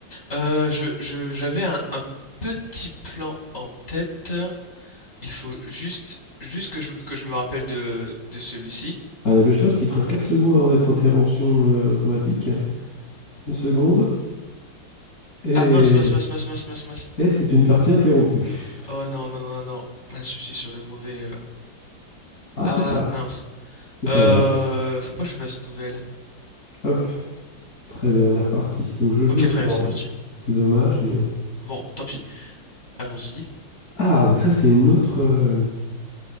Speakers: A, on the left; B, on the left.
A: Euh, je, je- j'avais un, un petit plan en tête. Il faut juste, juste que je, que je me rappelle de, de celui-ci.
B: À la Bestos, qui te reste 4 secondes avant d'être interruption euh, automatique. Une seconde, et,
A: Ah mince, mince, mince, mince, mince, mince, mince.
B: et c'est une partie interrompue.
A: Oh non, non, non, non, non. Mince, je suis sur le mauvais. euh.
B: Ah,
A: Ah
B: c'est pas,
A: mince.
B: c'est pas
A: Euh,
B: grave.
A: faut pas que je fasse une nouvelle.
B: Hop, très bien, on est reparti. Donc je joue
A: Ok,
B: les
A: très
B: blancs,
A: bien, c'est
B: bon.
A: parti.
B: C'est dommage, mais...
A: Bon, tant pis. Allons-y.
B: Ah, donc ça, c'est une autre... euh,